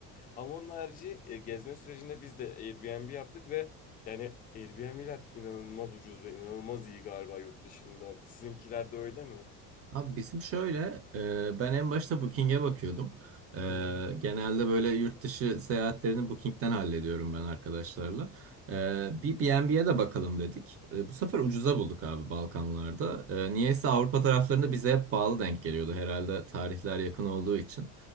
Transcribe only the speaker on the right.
Abi bizim şöyle, e, ben en başta Booking'e bakıyordum. E,
genelde böyle yurt dışı seyahatlerini Booking'den hallediyorum ben arkadaşlarla. E, bir B&B'ye de bakalım dedik. E, bu sefer ucuza bulduk abi Balkanlarda. E, niyeyse Avrupa taraflarında bize hep pahalı denk geliyordu herhalde tarihler yakın olduğu için.